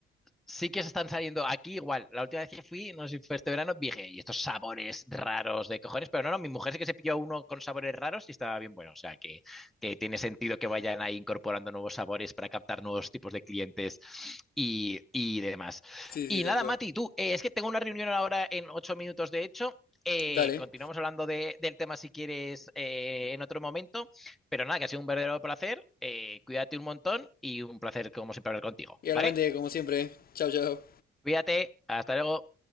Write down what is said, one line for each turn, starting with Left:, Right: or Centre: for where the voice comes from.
Centre: sí que se están saliendo aquí igual. La última vez que fui, no sé si fue este verano, dije, y estos sabores raros de cojones, pero no, no, mi mujer sí que se pilló uno con sabores raros y estaba bien bueno. O sea, que, que tiene sentido que vayan ahí incorporando nuevos sabores para captar nuevos tipos de clientes y, y demás.
Left: Sí,
Centre: Y
Left: sí, tal
Centre: nada,
Left: cual.
Centre: Mati, tú, eh, es que tengo una reunión ahora en ocho minutos, de hecho. Eh,
Left: Dale.
Centre: continuamos hablando de, del tema si quieres eh, en otro momento, pero nada, que ha sido un verdadero placer. eh, cuídate un montón y un placer como siempre hablar contigo,
Left: Y obviamente,
Centre: ¿vale?
Left: como siempre, chao chao.
Centre: Cuídate, hasta luego.